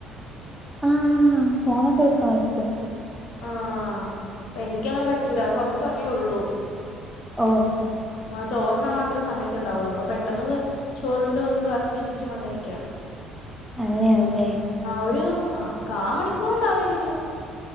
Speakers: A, in the centre; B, on the left.
A: ആഹ് ഫോണൊക്കെ എടുക്കാൻ പറ്റും
B: ആഹ് എനിക്കങ്ങനെ പറ്റൂല കുറച്ച് സമയേ ഉള്ളൂ
A: ഓഹ്
B: ആഹ് ചോറുണ്ണാൻ മാത്രേ സമയൊക്കെണ്ടാവുള്ളൂ അപ്പൊ പെട്ടെന്ന് ചോറുണ്ട് വന്ന് ക്ലാസ്സിലിരിക്കും അങ്ങനെക്കെയാ
A: അങ്ങനെയാണല്ലേ
B: ആഹ് ഒരു ആഹ് കാമണിക്കൂർ ഉണ്ടാകുവായിരിക്കും